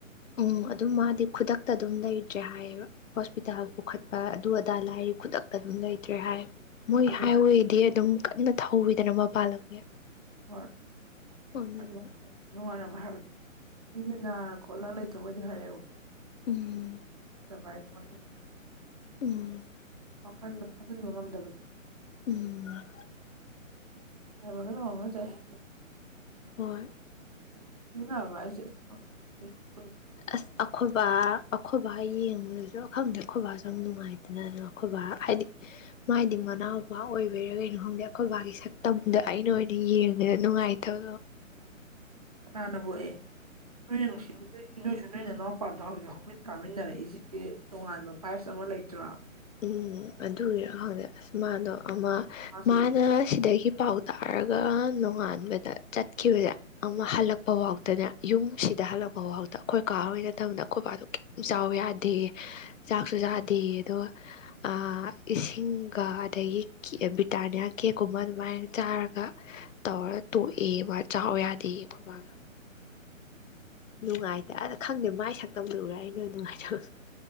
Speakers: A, on the left; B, on the right.
A: ꯎꯝ ꯑꯗꯨꯝ ꯃꯥꯗꯤ ꯈꯨꯗꯛꯇ ꯑꯗꯨꯝ ꯂꯩꯇ꯭ꯔꯦ ꯍꯥꯏꯌꯦꯕ ꯍꯣꯁꯄꯤꯇꯥꯜ ꯄꯨꯈꯠꯄ ꯑꯗꯨ ꯑꯗꯥ ꯂꯥꯏ ꯈꯨꯗꯛꯇ ꯑꯗꯨꯝ ꯂꯩꯇ꯭ꯔꯦ ꯍꯥꯏ ꯃꯣꯏ
B: ꯑꯗꯨꯃꯥꯏꯅ
A: ꯍꯥꯏꯋꯦꯗꯤ ꯑꯗꯨꯝ ꯀꯟꯅ ꯊꯧꯋꯤꯗꯅ ꯃꯄꯥꯟ ꯂꯝꯒꯤ
B: ꯍꯣꯏ
A: ꯑꯗꯨꯗꯨꯅ
B: ꯑꯗꯨꯃꯥꯏꯅ ꯇꯧꯋ ꯅꯨꯡꯉꯥꯏꯔꯝꯕ ꯍꯥꯏꯕꯗꯤ ꯃꯤꯁ ꯅꯥꯔ ꯈꯣꯠꯂꯒ ꯂꯩꯇꯃꯣꯏꯗꯤ ꯍꯥꯏꯌꯦꯕꯀꯣ
A: ꯎꯝ
B: ꯆꯚꯏꯅꯅꯨꯡ ꯃꯔꯤꯗꯅ
A: ꯎꯝ
B: ꯋꯥꯈꯟꯗ ꯐꯥꯖꯟꯅꯤꯡꯕ ꯉꯝꯗꯕꯗꯣ
A: ꯎꯝ
B: <inaudible>
A: ꯍꯣꯏ
B: ꯁꯤꯕ ꯅꯥꯕ ꯍꯥꯏꯁꯦ ꯑꯁ ꯈꯪꯗꯦꯅꯦ ꯀꯩ
A: ꯑꯁ ꯑꯩꯈꯣꯏꯕꯥ ꯑꯩꯈꯣꯏꯕ ꯌꯦꯡꯕꯗꯁꯨ ꯑꯈꯪꯗꯦ ꯑꯩꯈꯣꯏꯕꯥꯁꯨ ꯌꯥꯝ ꯅꯨꯡꯉꯥꯏꯇꯅ ꯑꯗꯨꯅ ꯑꯩꯈꯣꯏꯕꯥ ꯍꯥꯏꯗꯤ ꯃꯥꯗꯤ ꯃꯅꯥꯎꯄꯥ ꯑꯣꯏꯕꯤꯔꯥ ꯀꯩꯅꯣ ꯈꯪꯗꯦ ꯑꯩꯈꯣꯏ ꯕꯥꯒꯤ ꯁꯛꯇꯝꯗ ꯑꯩꯅ ꯑꯣꯏꯅ ꯌꯦꯡꯕꯗ ꯅꯨꯡꯉꯥꯏꯇꯦ <inaudible>
B: ꯀꯅꯥꯅꯕꯨꯣ ꯑꯦ ꯅꯣꯏ
A: ꯎꯝ
B: ꯅꯨꯡꯁꯤꯖꯒꯦ ꯅꯣꯏꯁꯨ ꯅꯣꯏ ꯅꯅꯥꯎꯄꯥꯗ ꯍꯧꯖꯤꯛ ꯍꯧꯃꯤꯟ ꯀꯥꯃꯤꯟꯅꯔꯛꯏꯁꯤꯒꯤ ꯇꯣꯉꯥꯟꯕ ꯄꯥꯏꯞꯁ ꯑꯃ ꯂꯩꯇ꯭ꯔꯥ
A: ꯎꯝ ꯑꯗꯨꯔꯣ ꯈꯪꯗꯦ ꯑꯁ ꯃꯥꯗꯣ ꯑꯃ
B: ꯃꯥꯁꯨ
A: ꯃꯥꯅ
B: ꯎꯏ
A: ꯁꯤꯗꯒꯤ ꯄꯥꯎ ꯇꯥꯔꯒ ꯅꯣꯡꯉꯥꯟꯕꯗ ꯆꯠꯈꯤꯕꯁꯦ ꯑꯃ ꯍꯜꯂꯛꯄ ꯐꯥꯎꯗꯅ ꯌꯨꯝꯁꯤꯗ ꯍꯜꯂꯛꯄꯐꯥꯎꯗ ꯑꯩꯈꯣꯏ ꯀꯥ ꯍꯣꯏ ꯃꯊꯡꯗ ꯑꯩꯈꯣꯏꯕꯥꯅ ꯆꯥꯎ ꯌꯥꯗꯦꯌꯦ ꯆꯥꯛꯁꯨ ꯆꯥꯗꯦꯌꯦ ꯑꯗꯨꯒ ꯑꯥ ꯏꯁꯤꯡꯒ ꯑꯗꯒꯤ ꯕ꯭ꯔꯤꯇꯥꯅꯤꯌꯥ ꯀꯦꯛꯀꯨꯝꯕ ꯑꯗꯨꯃꯥꯏꯅ ꯆꯥꯔꯒ ꯇꯧꯔ ꯇꯣꯛꯑꯦ ꯃꯥ ꯆꯥꯎ ꯌꯥꯗꯦꯌꯦ ꯑꯩꯈꯣꯏꯕꯥꯒ ꯅꯨꯡꯉꯥꯏꯇꯅ ꯈꯪꯗꯦ ꯃꯥꯏ ꯁꯛꯇꯝꯗꯨ ꯎꯔ ꯑꯩ ꯅꯣꯏ ꯅꯨꯡꯉꯥꯏꯇꯕꯗꯣ